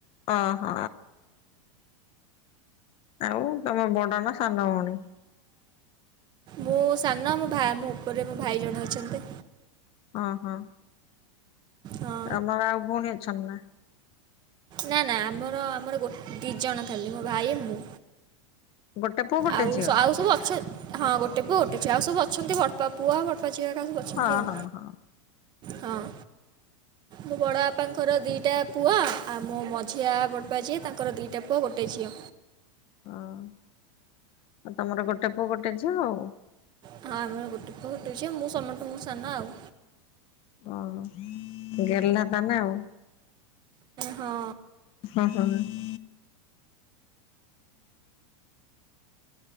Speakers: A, on the left; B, on the right.
A: ଅ ହ। ଆଉ ତମ ବଡ ନା ସାନ ଭଉଣୀ?
B: ମୁଁ ସାନ ମୋ ଭା ମୋ ଉପରେ ମୋ ଭାଇ ଜଣେ ଅଛନ୍ତି।
A: ଅଁ ହଁ।
B: ଅଁ
A: ତମର ଆଉ ଭଉଣୀ ଅଛନି ନା?
B: ନା ନା ଆମର ଆମର ଗୋ ଦି ଜଣ ଖାଲି ମୋ ଭାଇ, ମୁଁ।
A: ଗୋଟେ ପୁଅ ଗୋଟେ
B: ଆଉ
A: ଝିଅ
B: ସ ଆଉ ସବୁ ଅଛ ହଁ ଗୋଟେ ପୁଅ ଗୋଟେ ଝିଅ ଆଉ ସବୁ ଅଛନ୍ତି ବଡ଼ପା ପୁଅ ବଡ଼ପା ଝିଅ ଏକା ସବୁ ଅ ଛନ୍ତି
A: ହଁ
B: ଆଉ
A: ହଁ ହଁ
B: ହଁ ମୋ ବଡ ଆପାଙ୍କର ଦିଟା ପୁଅ ଆଉ ମୋ ମଝିଆ ବଡ଼ପା ଯିଏ ତାଙ୍କର ଦିଟା ପୁଅ ଗୋଟେ ଝିଅ।
A: ଅଁ ତମର ଗୋଟେ ପୁଅ ଗୋଟେ ଝିଅ ଆଉ।
B: ହଁ ଆମର ଗୋଟେ ପୁଅ ଗୋଟେ ଝିଅ ମୁଁ ସମଟଙ୍କୁ ସାନ ଆଉ।
A: ଓହୋ ଗେଲ୍ହା ତମେ ଆଉ?
B: ହଁ
A: ହଁ <inaudible>